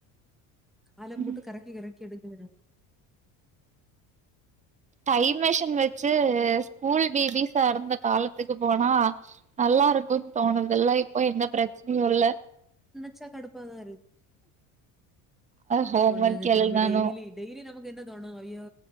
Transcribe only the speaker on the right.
ம்
டைம்மிஷின் வச்சு ஸ்கூல் பிபிஸார் அந்த காலத்துக்கு போனா நல்லா இருக்குன்னு தோணுது இப்ப என்ன பிரச்சனயு இல்ல
ஹோம்
ஒர்க் எழுதணு